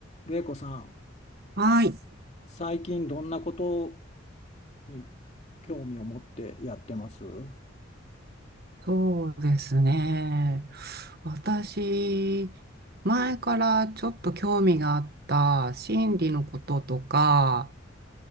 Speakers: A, on the left; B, on the right.
A: れいこさん、
B: はい。
A: 最近どんなことに興味を持ってやってますう
B: そうですね。私、前からちょっと興味があった心理のこととか、